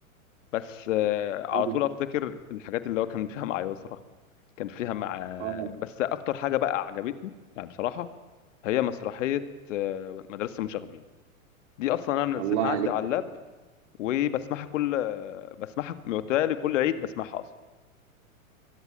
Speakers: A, on the left; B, on the right.
A: بس آه على
B: اه
A: طول افتكر الحاجات اللي هو كان فيها مع يسرا كان فيها مع
B: اه
A: بس اكتر حاجه بقى عجبتني يعني بصراحه هي مسرحيه آه، مدرسه المشاغبين دي اصلا انا منزلها
B: الله عليك
A: عندي على اللاب وبسمعها كل بسمعها متهيألي كل عيد بسمعها اصلا